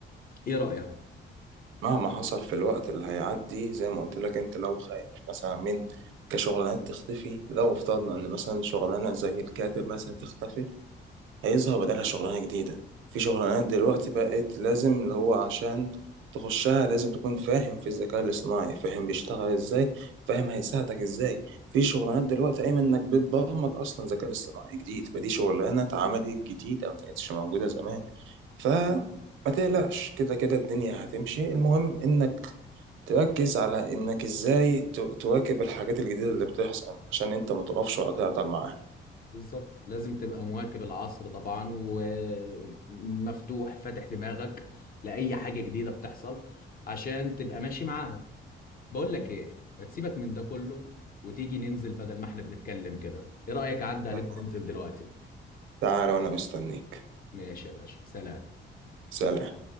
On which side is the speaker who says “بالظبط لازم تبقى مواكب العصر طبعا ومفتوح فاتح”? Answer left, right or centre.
Left